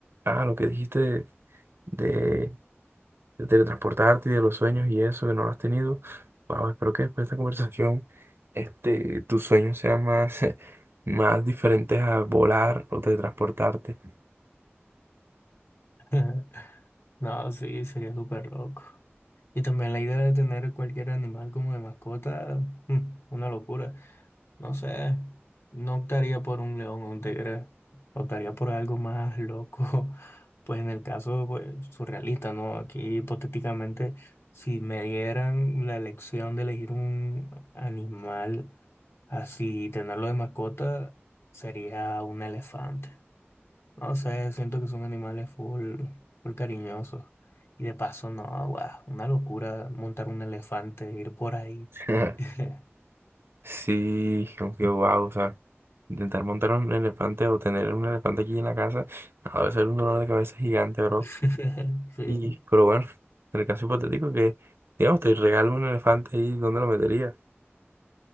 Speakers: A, on the right; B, on the left.
A: ah, lo que dijiste de, de- de teletransportarte y de los sueños y eso que no lo has tenido. Wow, espero que después de esta conversación, este, tus sueños sean más, <laughs> más diferentes a volar o teletransportarte.
B: <laughs> No, sí, sería súper loco. Y también la idea de tener cualquier animal como de mascota, mm, una locura. No sé, no optaría por un león o un tigre, optaría por algo más loco, <laughs> pues en el caso pues, surrealista, ¿no? Aquí hipotéticamente, si me dieran la elección de elegir un animal así, tenerlo de mascota, sería un elefante. No sé, siento que son animales full, full cariñosos. Y de paso, no, guau, una locura montar un elefante, e ir por ahí.
A: <laughs>
B: <laughs>
A: Sí, aunque wow, o sea, intentar montar un elefante o tener un elefante aquí en la casa, a veces es un dolor de cabeza gigante, bro.
B: <laughs> Sí,
A: Y, pero bueno, en el caso hipotético que, digamos, te regalo un elefante ahí, ¿dónde lo metería?